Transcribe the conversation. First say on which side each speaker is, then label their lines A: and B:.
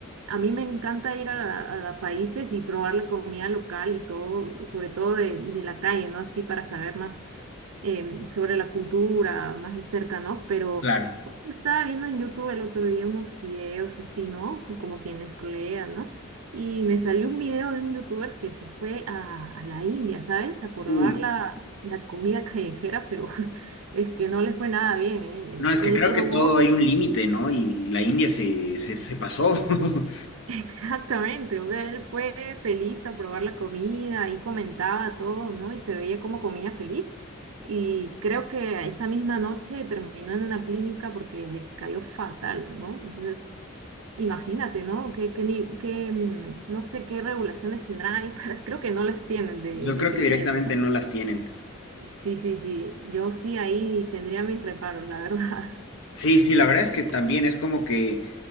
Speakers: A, on the right; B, on the left.
A: a mí me encanta ir a, la- a países y probar la comida local y todo, sobre todo de, de la calle, ¿no? Así para saber más em, sobre la cultura más de cerca, ¿no? Pero
B: claro.
A: justo estaba viendo en YouTube el otro día unos videos así, ¿no? Como quienes crean, ¿no? Y me salió un video de un youtuber que se fue a, a la India, ¿sabes? A probar
B: Uy.
A: la, la comida callejera, pero <laughs> es que no le fue nada bien, ¿eh?
B: No, es
A: Él
B: que creo
A: probó,
B: que todo hay un límite, ¿no? Y la India se, se, se pasó. <laughs>
A: Exactamente, o sea, él fue feliz a probar la comida y comentaba a todos, ¿no? Y se veía como comía feliz. Y creo que esa misma noche terminó en una clínica porque le cayó fatal, ¿no? Entonces, imagínate, ¿no? Que, que, ni- que, mm, no sé qué regulaciones tendrá ahí, para, <laughs> creo que no las tienen de,
B: Yo
A: de
B: creo
A: primero,
B: que directamente
A: ¿no?
B: no las tienen.
A: Sí, sí, sí, yo sí ahí tendría mis reparos, la verdad.
B: Sí, sí, la verdad es que también es como que